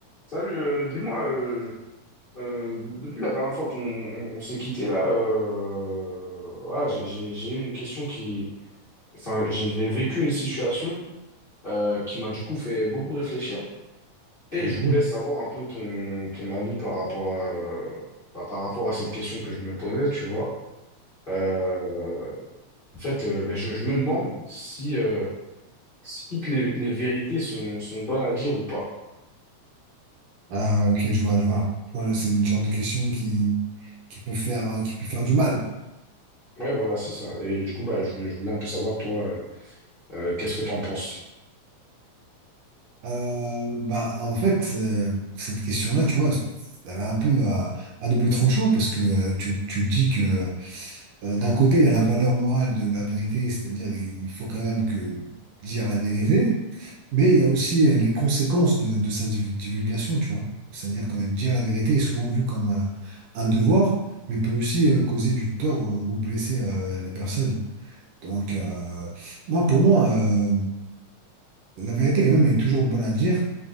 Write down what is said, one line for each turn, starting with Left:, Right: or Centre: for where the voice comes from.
Left: Salut, euh, dis-moi, euh, euh, de- depuis la dernière fois qu'on on- on s'est quitté, là, euh, voilà, j'ai j'ai- j'ai eu une question qui... Enfin, j'ai j'ai vécu une situation euh, qui m'a du coup fait beaucoup réfléchir. Et
Right: Ouais.
Left: je voulais savoir un peu ton, ton avis par rapport, euh, bah, par rapport à cette question que je me posais, tu vois. Euh, en fait, euh, bah, je, je me demande si, euh, si toutes les, les vérités sont, sont bonnes à dire ou pas.
Right: Ah, ok, je vois, je vois. Je vois, c'est une genre de question qui, qui peut faire, euh, qui peut faire du mal.
Left: Ouais, voilà, c'est ça. Et du coup, bah, je voulais, je voulais un peu savoir, toi. Euh, qu'est-ce que t'en penses?
Right: Euh, bah, en fait, euh, cette question-là, tu vois, elle est un peu à, à double tranchant parce que euh, tu, tu dis que euh, d'un côté, il y a la valeur morale de la vérité, c'est-à-dire il faut quand même que dire la vérité. Mais il y a aussi euh, les conséquences de, de sa div- divulgation, tu vois. C'est-à-dire que dire la vérité est souvent vu comme un, un devoir, mais peut aussi euh, causer du tort euh, ou blesser euh, les personnes. Donc, euh, moi, pour moi, euh, la vérité, quand même, est toujours bonne à dire